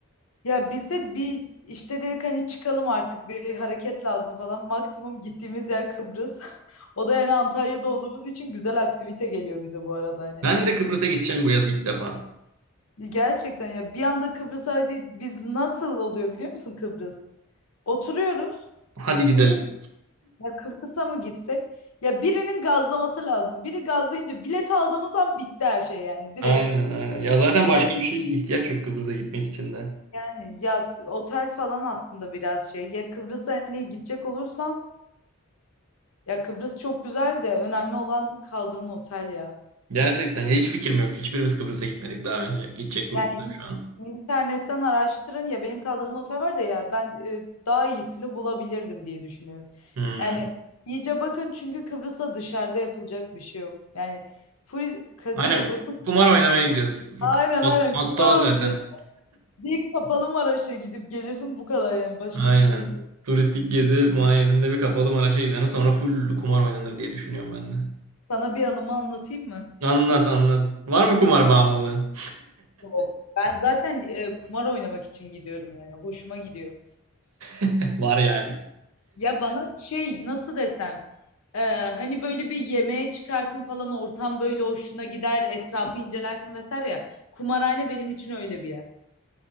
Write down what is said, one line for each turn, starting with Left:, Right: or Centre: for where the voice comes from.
Left: Ya bize bir işte dedik hani çıkalım artık bir hareket lazım falan. Maksimum gittiğimiz yer Kıbrıs. <laughs> O da yani Antalya'da olduğumuz için güzel aktivite geliyor bize bu arada hani.
Right: Ben de Kıbrıs'a gideceğim bu yaz ilk defa.
Left: Gerçekten ya bir anda Kıbrıs'a hadi biz nasıl oluyor biliyor musun Kıbrıs? Oturuyoruz.
Right: Hadi gidelim.
Left: Diyoruz Ya Kıbrıs'a mı gitsek? Ya birinin gazlaması lazım. Biri gazlayınca bilet aldığımız an bitti her şey yani direkt.
Right: Aynen aynen. Ya zaten başka
Left: Ya-
Right: bir şey ihtiyaç yok Kıbrıs'a gitmek için de.
Left: Yani ya s- otel falan aslında biraz şey. Ya Kıbrıs'a hani gidecek olursan ya Kıbrıs çok güzel de önemli olan kaldığın otel ya.
Right: Gerçekten ya hiç fikrim yok. Hiçbirimiz Kıbrıs'a gitmedik daha önce. Gidecek grupta
Left: Yani in-
Right: şu an.
Left: internetten araştırın ya benim kaldığım otel var da ya ben e, daha iyisini bulabilirdim diye düşünüyorum.
Right: Hmm.
Left: Yani iyice bakın çünkü Kıbrıs'a dışarıda yapılacak bir şey yok. Yani full kazino
Right: Aynen.
Left: odası.
Right: Kumar oynamaya gidiyoruz.
Left: Aynen
Right: Mot-
Left: aynen
Right: Motto
Left: kumar
Right: o
Left: oynuyorsun.
Right: zaten.
Left: Bir kapalı Maraş'a gidip gelirsin bu kadar yani başka
Right: Aynen.
Left: bir şey. yok.
Right: Turistik gezi mahiyetinde bir kapalı Maraş'a gidene sonra full kumar oynanır diye düşünüyorum ben de.
Left: Sana bir anımı anlatayım mı?
Right: Anlat anlat. Var mı kumar bağımlılığın?
Left: Yok. Ben zaten e, kumar oynamak için gidiyorum yani hoşuma gidiyor.
Right: <laughs> Var yani.
Left: Ya bana şey nasıl desem e, hani böyle bir yemeğe çıkarsın falan ortam böyle hoşuna gider etrafı incelersin vesaire ya. Kumarhane benim için öyle bir yer.